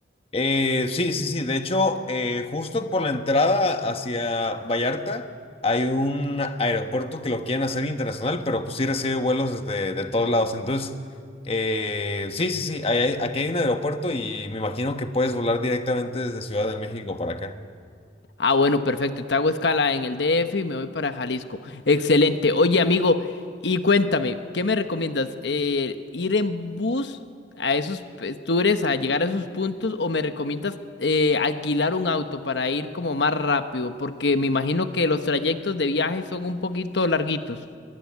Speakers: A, on the left; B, on the left.
A: Eh, sí, sí, sí. De hecho, eh, justo por la entrada hacia Vallarta hay un aeropuerto que lo quieren hacer internacional, pero pues sí recibe vuelos desde de todos lados. Entonces, eh, sí, sí, sí. ahí hay- aquí hay un aeropuerto y me imagino que puedes volar directamente desde Ciudad de México para acá.
B: Ah, bueno, perfecto, entonces hago escala en el DF y me voy para Jalisco. Excelente. Oye, amigo, y cuéntame, ¿qué me recomiendas? Eh, ¿ir en bus a esos p- tours, a llegar a esos puntos, o me recomiendas eh, alquilar un auto para ir como más rápido? Porque me imagino que los trayectos de viaje son un poquito larguitos.